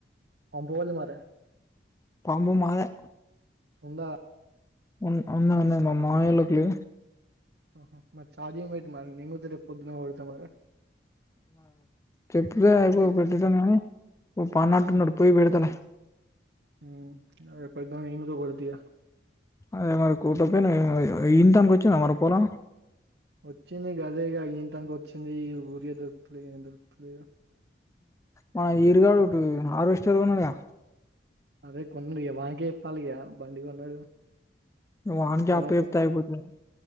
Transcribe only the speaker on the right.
అంతే ఉన్నదార
ఉంద
హ మరి చార్జింగ్ పెట్టు మరి <unintelligible> పొద్దునా పోత మరి
ఇంక-
ఊ ఇగ పొద్దున నేను కూడ పెడితిగా
వచ్చింది గదేగా ఈంతంక వచ్చింది ఊరియా దొరుకుతలేదు ఏం దొరుకుతలేదు
అదే కొన్నాడు ఇక వానికే చెప్పాలి ఇక బండి కొన్నాడు
పొలం
కో